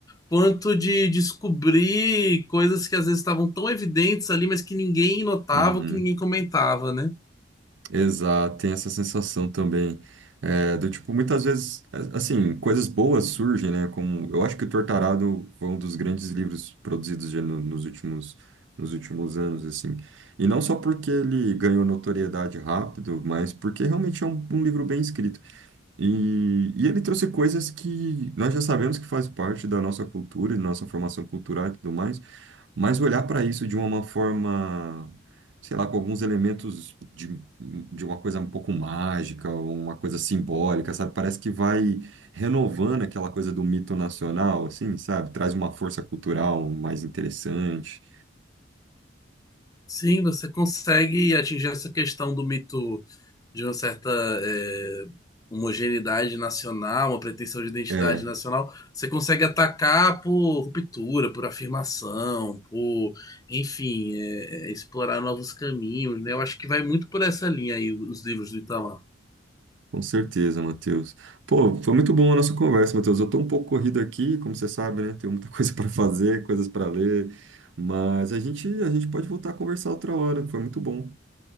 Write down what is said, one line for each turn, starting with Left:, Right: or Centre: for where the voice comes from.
Left: quanto de descobrir coisas que às vezes estavam tão evidentes ali, mas que ninguém notava,
Right: uhum.
Left: que ninguém comentava, né?
Right: Exato, tem essa sensação também. é, do tipo, muitas vezes, a- assim, coisas boas surgem, né? Como eu acho que o Tortarado foi um dos grandes livros produzidos já no- nos últimos, nos últimos anos, assim. E não só porque ele ganhou notoriedade rápido, mas porque realmente é um, um livro bem escrito. E, e ele trouxe coisas que nós já sabemos que faz parte da nossa cultura, e da nossa formação cultural e tudo mais. Mas olhar para isso de uma forma, sei lá, com alguns elementos de, de uma coisa um pouco mágica, uma coisa simbólica, sabe? Parece que vai renovando aquela coisa do mito nacional, assim, sabe? Traz uma força cultural mais interessante.
Left: Sim, você consegue atingir essa questão do mito de uma certa eh, homogeneidade nacional, uma pretensão de identidade
Right: É,
Left: nacional. Você consegue atacar por ruptura, por afirmação, por, enfim, eh, eh, explorar novos caminhos, né? Eu acho que vai muito por essa linha aí os livros do Itamar.
Right: com certeza, Matheus. Pô, foi muito bom a nossa conversa, Matheus. Eu tô um pouco corrido aqui, como você sabe, né? Tenho muita <laughs> coisa para fazer, coisas para ler, mas a gente, a gente pode voltar a conversar outra hora. Foi muito bom.